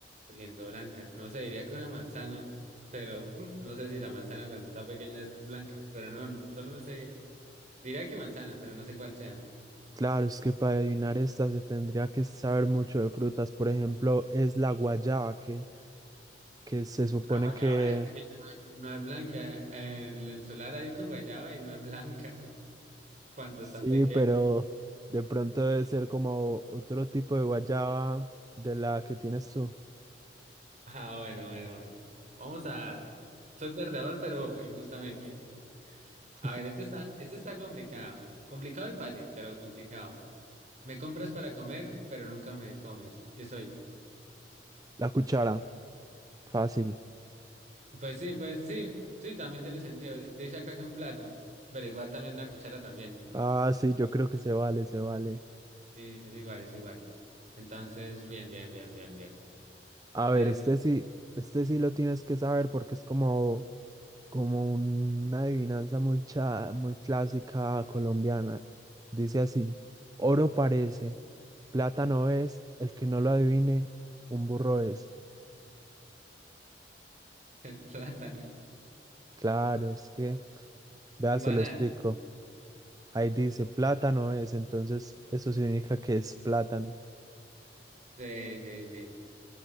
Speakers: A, on the right; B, on the right.
A: siendo blanca? No sé, diría que una manzana, pero <laughs> mm, no sé si la manzana cuando está pequeña es blanca, pero no, solo me sé... Diría que manzana, pero no sé cuál sea.
B: Claro, es que para adivinar esta se tendría que saber mucho de frutas. Por ejemplo, es la guayaba, que, que se supone
A: La guayaba
B: que
A: de- de- no es blanca. En el solar hay una guayaba y no es blanca <laughs> cuando
B: Sí,
A: está pequeña.
B: pero de pronto debe ser como otro tipo de guayaba de la que tienes tú.
A: Ah, bueno, bueno, bueno. Vamos a... Soy perdedor, pero injustamente. <laughs> A
B: <laughs>
A: ver, este está, este está complicado. Complicado y fácil, pero complicado. Me compras para comer, pero nunca me comes. ¿Qué soy?
B: La cuchara, fácil.
A: Pues sí, pues sí. Sí, también tiene sentido. Dice acá que un plato, pero igual también una cuchara también.
B: Ah, sí, yo creo que se vale, se vale.
A: Sí, es igual, es igual. Entonces, bien, bien, bien, bien, bien.
B: A
A: Dale
B: ver, este
A: tú.
B: sí, este sí lo tienes que saber porque es como, como una adivinanza muy, cha- muy clásica colombiana. Dice así, oro parece, plata no es, el que no lo adivine, un burro es.
A: <laughs> El plátano.
B: Claro, es que, vea,
A: El
B: se
A: banano.
B: lo explico. Ahí dice plátano es, entonces eso significa que es plátano.
A: Sí, sí, sí.